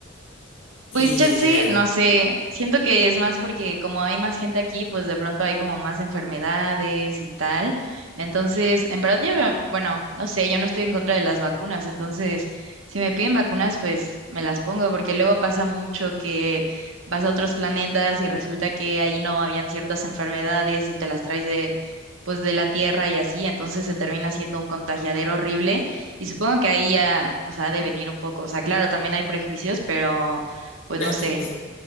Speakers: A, on the left; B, on the right.
A: Y
B: Pues chance,
A: eh,
B: no sé, siento que es más porque como hay más gente aquí, pues de pronto hay como más enfermedades y tal. Entonces, en verdad yo, veo- bueno, no sé, yo no estoy en contra de las vacunas, entonces si me piden vacunas, pues me las pongo, porque luego pasa mucho que vas a otros planetas y resulta que ahí no habían ciertas enfermedades y te las traes de, pues de la Tierra y así, entonces se termina siendo un contagiadero horrible. Y supongo que ahí ya, o sea, ha de venir un poco. O sea, claro, también hay prejuicios, pero pues
A: no,
B: no
A: es
B: sé.
A: que, es